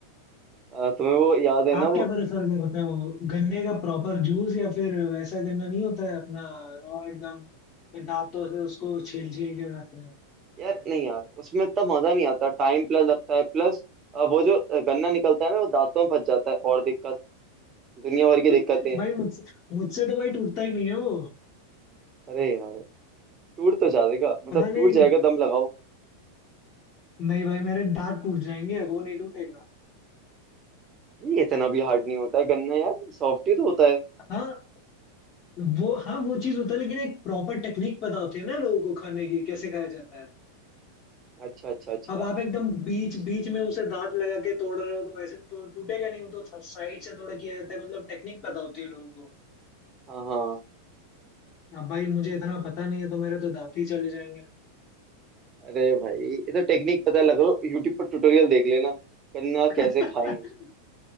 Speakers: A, on the right; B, on the left.
A: अ, तुम्हें वो याद है
B: आप
A: ना
B: क्या
A: वो
B: प्रेफर करते हो गन्ने का प्रॉपर जूस या फिर वैसा गन्ना नहीं होता है अपना रॉ एकदम फिर दांतों से उसको छील छील के खाते हैं
A: यार नहीं यार उसमें इतना मजा नहीं आता टाइम प्लस लगता है प्लस वो जो अ, गन्ना निकलता है ना वो दांतों में फंस जाता है और दिक्कत दुनिया भर की दिक्कतें
B: <laughs>
A: हैं
B: भाई मुझसे मुझसे तो भाई टूटता ही नहीं है वो
A: अरे यार टूट तो जाएगा मतलब
B: पता
A: टूट
B: नहीं
A: जाएगा दम लगाओ
B: नहीं भाई मेरे दांत टूट जाएंगे वो नहीं टूटेगा
A: ये इतना भी हार्ड नहीं होता है गन्ना यार सॉफ्ट ही तो होता है
B: हाँ वो हाँ वो चीज होता है लेकिन एक प्रॉपर टेक्निक पता होती है ना लोगों को खाने की कैसे खाया जाता है
A: अच्छा अच्छा अच्छा
B: अब आप एकदम बीच बीच में उसे दांत लगा के तोड़ रहे हो तो ऐसे तो टूटेगा नहीं वो तो साइड से थोड़ा किया जाता है मतलब टेक्निक पता होती है लोगों को
A: हाँ हाँ
B: अब भाई मुझे इतना पता नहीं है तो मेरे तो दांत ही चले जाएंगे
A: अरे भाई ये तो टेक्निक पता लग लो यूट्यूब पर ट्यूटोरियल देख लेना गन्ना
B: <laughs>
A: कैसे खाएं